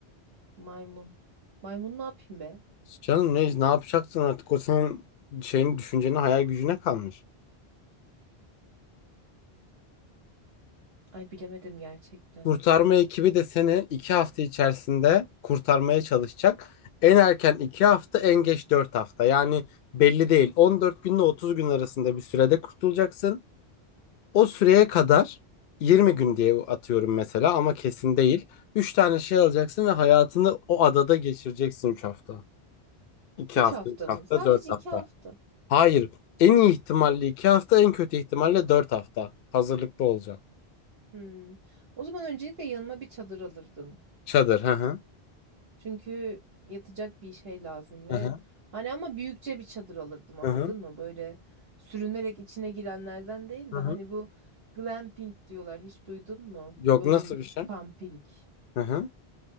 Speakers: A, on the right; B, on the left.
A: Maymun. Maymun ne yapayım be?
B: Canım ne, ne yapacaksın artık o senin şeyin düşüncene hayal gücüne kalmış.
A: Ay bilemedim gerçekten.
B: Kurtarma ekibi de seni iki hafta içerisinde kurtarmaya çalışacak. En erken iki hafta en geç dört hafta yani belli değil 14 günle 30 gün arasında bir sürede kurtulacaksın. O süreye kadar 20 gün diye atıyorum mesela ama kesin değil. Üç tane şey alacaksın ve hayatını o adada geçireceksin 3 hafta. 2
A: Üç
B: hafta,
A: hafta
B: 3 hafta,
A: mı? Sadece
B: 4 hafta.
A: iki hafta.
B: Hayır. En iyi ihtimalle iki hafta, en kötü ihtimalle dört hafta. Hazırlıklı olacağım.
A: Hmm. O zaman öncelikle yanıma bir çadır alırdım.
B: Çadır. Hı hı.
A: Çünkü yatacak bir şey lazım ve
B: Hı hı.
A: hani ama büyükçe bir çadır alırdım anladın
B: Hı hı.
A: mı? Böyle sürünerek içine girenlerden değil
B: Hı
A: de
B: hı.
A: hani bu glamping diyorlar hiç duydun mu?
B: Yok
A: Böyle
B: nasıl
A: lüks
B: bir şey?
A: camping.
B: Hı hı.